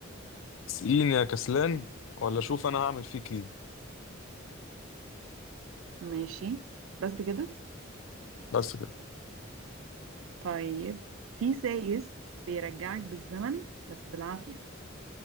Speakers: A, on the left (about 70°); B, on the right (about 70°).
A: سقيني يا كسلان ولا شوف انا هعمل فيك ايه
B: ماشي بس كده
A: بس كده
B: طيب في سايس بيرجعك بالزمن بس بالعافية